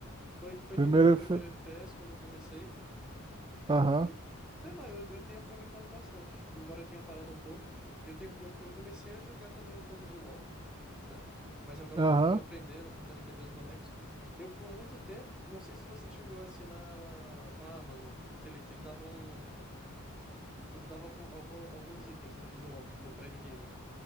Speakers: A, in the centre; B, on the right (about 20°).
A: Foi, foi
B: Primeiro.
A: também meu primeiro
B: fe-
A: FPS quando eu comecei.
B: Aham.
A: E, sei lá, eu, eu tenho aproveitado bastante. Embora eu tenha parado um pouco, eu tenho, eu, eu comecei a jogar também um pouco de LoL, né? Mas agora
B: Aham.
A: eu tô, tipo, aprendendo, tentando entender os bonecos. Eu, por muito tempo, não sei se você chegou a assinar a Amazon, que ele, que ele dava um... Ele dava algum, algum- alguns itens dentro do LoL, no Prime Game.